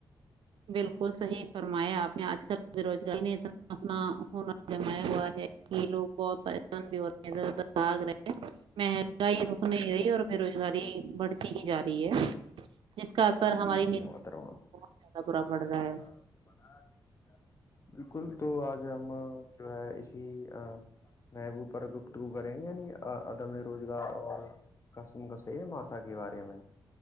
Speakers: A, on the right; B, on the left.
A: بالکل صحیح فرمایا آپ نے آج کل بے روزگاری نے اتنا اپنا ہونا جما ہوا ہے یہ لوگ بہت پریشان بھی ہو رہے ہیں اھرھاگ رہ مہنگائی رک نہیں رہی اور بے روزگاری بڑھتی کی جا رہی ہے جس کا اکثر
B: جی
A: ہماری
B: <unintelligible>
A: بہت زیادہ برا پڑ رہا ہے
B: بالکل تو آج ہم جو ہے اسی محبو پر گپت گو کریں گے یعنی عدم روزگار اور کسم کس ہے ماشا کے بارے میں